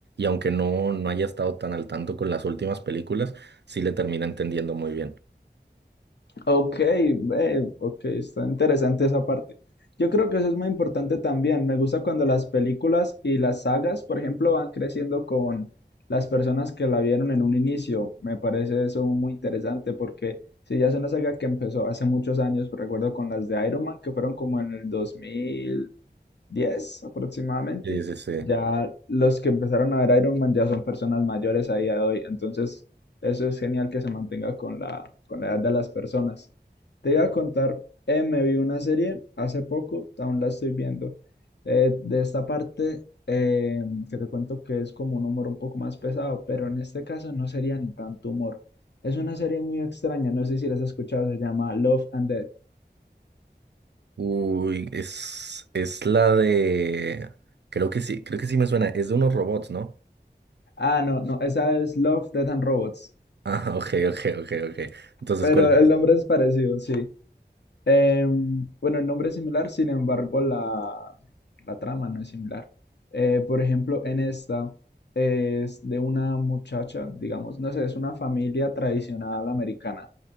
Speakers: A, on the right; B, on the left.
A: aunque no, no haya estado tan al tanto con las últimas películas, sí le termina entendiendo muy bien.
B: Ok, ve, ok, está interesante esa parte. Yo creo que eso es muy importante también. Me gusta cuando las películas y las sagas, por ejemplo, van creciendo con las personas que la vieron en un inicio. Me parece eso muy interesante porque si ya es una saga que empezó hace muchos años, recuerdo con las de Iron Man, que fueron como en el 2010 aproximadamente,
A: Sí, sí, sí.
B: ya los que empezaron a ver Iron Man ya son personas mayores a día de hoy. Entonces, eso es genial que se mantenga con la, con la edad de las personas. Te iba a contar, eh, me vi una serie hace poco, aún la estoy viendo. eh, de esta parte, eh, que te cuento que es como un humor un poco más pesado, pero en este caso no sería ni tanto humor. Es una serie muy extraña, no sé si la has escuchado, se llama Love and Death.
A: Uy, es, es la de... Creo que sí, creo que sí me suena. Es de unos robots, ¿no? <laughs>
B: Ah, no, no, esa es Love, Death and Robots,
A: Ah, ok, ok, ok, ok. Entonces,
B: pero
A: ¿cuál?
B: el
A: es?
B: nombre es parecido, sí. Em, bueno, el nombre es similar, sin embargo, la, la trama no es similar. Eh, por ejemplo, en esta es de una muchacha, digamos, no sé, es una familia tradicional americana,